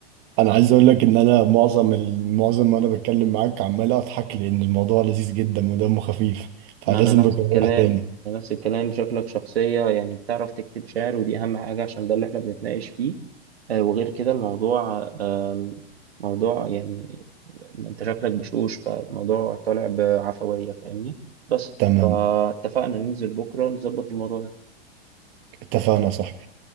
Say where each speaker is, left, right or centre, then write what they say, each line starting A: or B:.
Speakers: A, on the right; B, on the right.
A: انا عايز اقول لك ان انا معظم المعظم وانا بتكلم معاك عمال اضحك لان الموضوع لذيذ جدا ودمه خفيف
B: ما
A: فلازم
B: أنا نفس
A: نكررها
B: الكلام
A: تاني
B: أنا نفس الكلام شكلك شخصية يعني بتعرف تكتب شعر ودي أهم حاجة عشان ده اللي إحنا بنتناقش فيه آه وغير كده الموضوع آم، موضوع يعني أنت شكلك بشوش فالموضوع طالع بعفوية فاهمني بس
A: تمام
B: فاتفقنا ننزل بكرة نظبط الموضوع ده
A: اتفقنا يا صاحبي